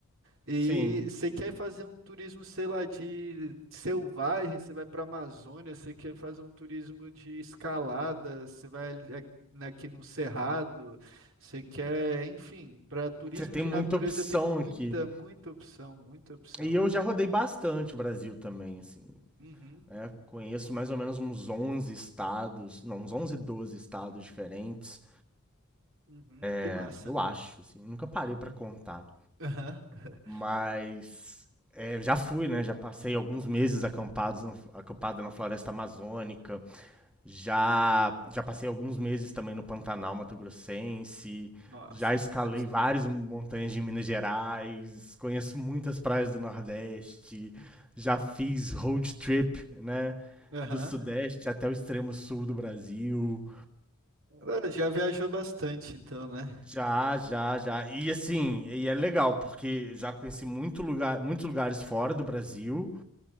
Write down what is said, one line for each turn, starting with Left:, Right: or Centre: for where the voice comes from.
Right: E
Centre: sim.
Right: você quer fazer um turismo, sei lá, de selvagem, você vai para a Amazônia, você quer fazer um turismo de escalada, você vai ali- aqui aqui no Cerrado, você quer, enfim, para turismo
Centre: Você tem
Right: de
Centre: muita
Right: natureza
Centre: opção
Right: tem muita,
Centre: aqui.
Right: muita opção, muita opção.
Centre: E eu já rodei bastante o Brasil também, assim.
Right: Uhum,
Centre: né? Conheço mais ou menos uns 11 estados, não, uns 11, 12 estados diferentes.
Right: uhum, que
Centre: É,
Right: massa.
Centre: Eu acho, assim. Nunca parei pra contar.
Right: Aham. <laughs>
Centre: Mas é, já fui, né? Já passei alguns meses acampados acampado na floresta amazônica. Já, já passei alguns meses também no Pantanal Mato Grossense.
Right: Nossa,
Centre: Já escalei
Right: deve ser
Centre: várias
Right: maneiro.
Centre: montanhas de Minas Gerais. Conheço muitas praias do Nordeste. Já fiz road trip, né?
Right: Aham.
Centre: Do Sudeste até o extremo sul do Brasil.
Right: Ah, Já viajou bastante, então, né?
Centre: Já, já, já. E assim, e é legal, porque já conheci muito lugar, muitos lugares fora do Brasil.